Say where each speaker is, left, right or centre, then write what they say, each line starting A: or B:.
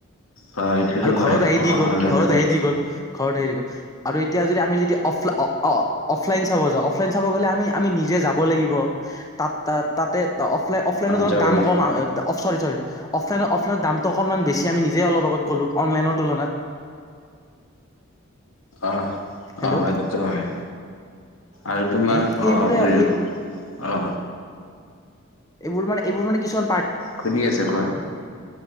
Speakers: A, on the left (about 85°); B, on the left (about 15°).
A: অ সেইটোতো
B: আৰু
A: হয়
B: ঘৰত আহি
A: অ
B: দি গ'ল
A: অনলাইনত
B: ঘৰত আহি দি গ'ল ঘৰত আহি দি গ'ল আৰু এতিয়া যদি আমি যদি অফলাই অ অফলাইন চাব যাওঁ অফলাইন চাব গ'লে আমি আমি নিজে যাব লাগিব তাত তাতে অফলাইন অফলাইনত অলপ
A: যাবলৈ
B: দাম কম চৰি চৰি অফলাইনৰ অফলাইনৰ দামটো অকমান বেছি আি নিজে অপ আগত কলো অনলাইনৰ তুলনাত
A: আহ
B: হেল্ল'
A: আহজটো হয় আৰু তোমাৰ
B: এ সেইবোৰে
A: অঁ বুজু
B: সেই
A: অঁ
B: এইবোৰ মানে এইবোৰ মান কিছু অ
A: খন্দ আছে কোৱা